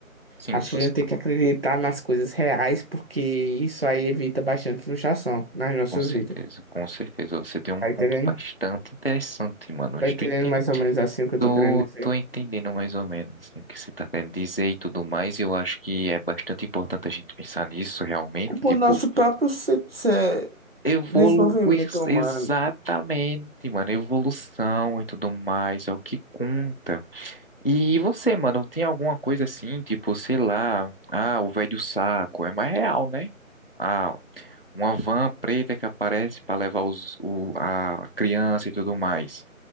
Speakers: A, on the left (about 45°); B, on the right (about 45°).
A: sim,
B: Acho
A: você
B: que a gente
A: falou.
B: tem que acreditar nas coisas reais, porque isso aí evita bastante frustração nas nossas
A: Com certeza,
B: vidas.
A: com certeza. Você tem um
B: Tá
A: ponto
B: entendendo?
A: bastante interessante, mano.
B: Tá
A: Estou
B: entendendo
A: enten,
B: mais ou menos assim o que eu
A: tô,
B: tô querendo dizer?
A: tô entendendo mais ou menos assim, o que você está querendo dizer e tudo mais. Eu acho que é bastante importante a gente pensar nisso realmente.
B: É Por
A: Tipo,
B: nosso próprio se- se-
A: evoluir
B: desenvolvimento humano.
A: exatamente, mano. Evolução e tudo mais é o que conta. E você, mano, tem alguma coisa assim, tipo, sei lá, ah, o velho saco, é mais real, né? Ah, uma van preta que aparece pra levar os, o, a criança e tudo mais.